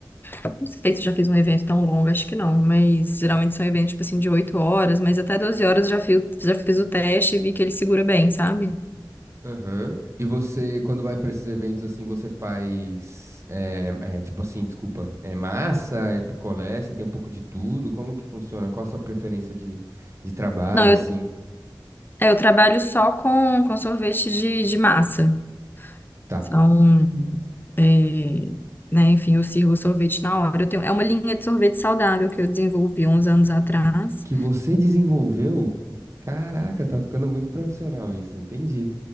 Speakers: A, on the left (about 25°); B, on the right (about 35°).
A: Não sei se eu já fiz um evento tão longo, acho que não. Mas geralmente são eventos, tipo assim, de 8 horas, mas até 12 horas eu já fiz, já fiz o teste e vi que ele segura bem, sabe?
B: Aham. E você, quando vai pra esses eventos assim, você faz, é, é, tipo assim, desculpa, é massa, é picolé, você tem um pouco de tudo, como que funciona? Qual a sua preferência de, de trabalho,
A: Não,
B: assim?
A: eu, é, eu trabalho só com, com sorvete de, de massa.
B: Tá.
A: São. é, né, enfim, eu sirvo sorvete na hora. Eu tenho, é uma linha de sorvete saudável que eu desenvolvi uns anos atrás.
B: que você desenvolveu? Caraca, tá ficando muito profissional isso, entendi.